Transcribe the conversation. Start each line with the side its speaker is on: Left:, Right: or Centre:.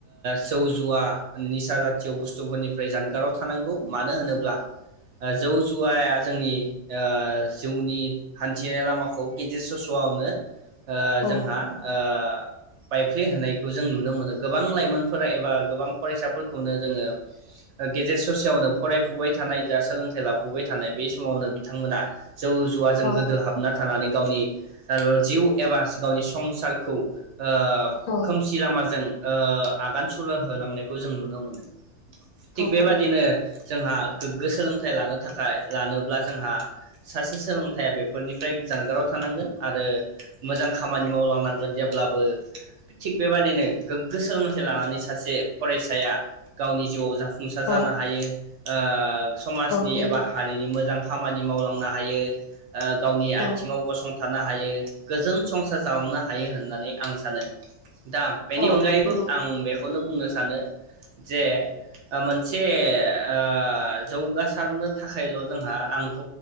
Right: जौ जुवा, निसा जातिय' बुस्थुफोरनिफ्राय जानगाराव थानांगौ मानो होनोब्ला जौ जुवाया जोंनि जिउनि हान्थिनाय लामाखौ गेदेर सस'आवनो ओ
Left: औ
Right: जोंहा ओ बाइफ्ले होनायखौ जों नुनो मोनो। गोबां लाइमोनफोरा एबा गोबां फरायसाफोरखौनो जोङो गेजेर ससेयावनो फरायफुबाय थानाय जा सोलोंथाइ लाफुबाय थानाय बे समावनो बिथांमोना जौ जुवाजों
Left: औ
Right: गोदो हाबना थानानै गावनि जिउ एबा गावनि संसार खौ ओ
Left: औ
Right: खोमसि लामाजों ओ आगान सुर होलांनायखौ जों नुनो मोनो। थिग
Left: औ
Right: बेबादिनो जोंहा गोग्गो सोलोंथाइ लानो थाखाय लानोब्ला जोंहा सासे सोलोंथाइया बेफोरनिफ्राय जानगाराव थानांगोन आरो मोजां खामानि मावलांनांगोन। जेब्लाबो थिग बेबादि बेबादिनो गोग्गो सोलोंथाइ लानानै सासे फरायसाया गावनि जिउआव जा फुंसार
Left: औ
Right: जानो हायो। ओह समाजनि
Left: हायो
Right: एबा हारिनि मोजां खामानि मावलांनो हायो ओ गावनि
Left: औ
Right: आथिङाव गसं थानो हायो गोजोन संसार जालांनो हायो होननानै आं सानो दा बेनि अनगायैबो
Left: नंगौ
Right: आं बेखौनो बुंनो सानो जे ओ मोनसे ओह जौगासारनो थाखायल' जोंहा आंथ'